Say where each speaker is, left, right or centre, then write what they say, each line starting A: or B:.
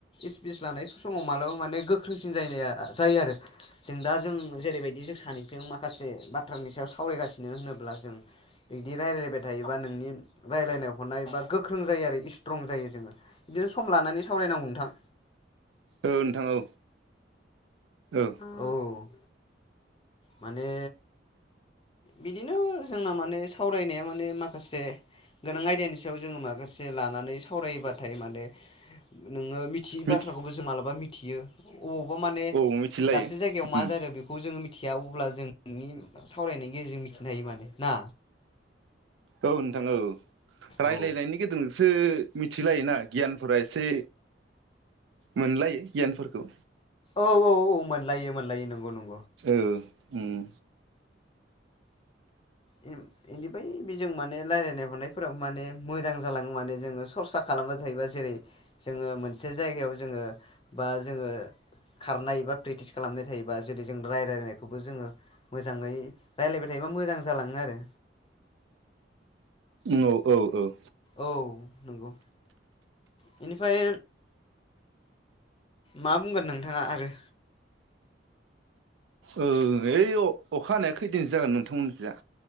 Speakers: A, on the left (about 30°); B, on the right (about 75°).
A: स्पिस लानाय समाव मालाबा माने गोख्रोंसिन जायो जायो आरो जों दा जों जेरैबायदि जों सानैजों माखासे बाथ्रानि सायाव सावरायगासिनो होनोब्ला जों बिदि रायलायलायबाय थायोबा नोंनि रायलायनाय हरनाय बा गोख्रों जायो आरो स्ट्रं जायो जोङो बिदिनो सम लानानै सावरायनांगौ नोंथां।
B: ओ नोंथां औ। औ।
A: औ माने बिदिनो जोंना माने सावरायनाया माने माखासे गोनां आयदानि सायाव जोङो माखासे लानानै सावरायोबाथाय माने नों ङो मिथियि
B: मिथि
A: बाथ्राखौबो जों मालाबा मिथ थियो। अबावबा माने
B: औ मिथिलायो
A: दाबसे जायगायाव मा
B: उम
A: जादों बेखौ जोङो मिथ मिथिया अब्ला जोंनि सावरायनायनि। गेजेरजों मिथिनो हायो माने ना।
B: औ नोंथां औ। रायलायनायनि
A: औ
B: गेजेरजों सो मिथिलायोना गियानफोरा एसे मोनलायो गियानफोरखौ
A: औ औ औ मोनलायो मोनलायो नोंगौ नोंगौ।
B: औ उम
A: बेनिफ्राय बेजों माने रायजलायनाय हरनायफोराव माने मोजां जालाङो माने जोङो सरसा खालामबाय थायोबा जेरै जोङो मोनसे जायगायाव जोङो बा जोङो खारनाय बा प्रेक्टिस खालामनाय थायोबा जेरै जों रायलायलायनायखौबो जोङो मोजाङै रायलायबाय थायोबा मोजां जालाङो आरो
B: औ औ औ औ
A: औ नंगौ बेनिफ्राय मा बुंगोन नोंथाङा आरो
B: ओ ओइ अखा हानाया खैदिनसो जागोन नोंथांमोनखैजा